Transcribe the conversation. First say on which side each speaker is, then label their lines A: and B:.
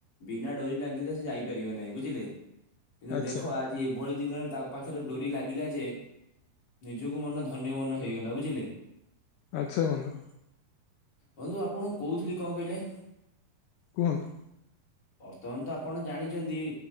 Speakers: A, on the left (about 30°); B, on the left (about 80°).
A: ବିନା ଡୋରି ଲାଗିଲେ ସେ ଯାଇପାରିବନାହିଁ ବୁଝିଲେ। କିନ୍ତୁ
B: ଆଚ୍ଛା
A: ଦେଖ ଆଜି ଏଭଳି ଦିନରେ ତାଙ୍କ ପାଖରେ ଡୋରି ଲାଗିଲା ଯେ ନିଜକୁ ମନ ଧନ୍ୟ ମନ ହେଇଗଲା ବୁଝିଲେ।
B: ଆଚ୍ଛା ବନ୍ଧୁ।
A: ବନ୍ଧୁ ଆପଣକୁ କହୁଥିଲି କଣ କହିଲେ
B: କୁହନ୍ତୁ।
A: ବର୍ତ୍ତମାନ ତ ଆପଣ ଜାଣିଛନ୍ତି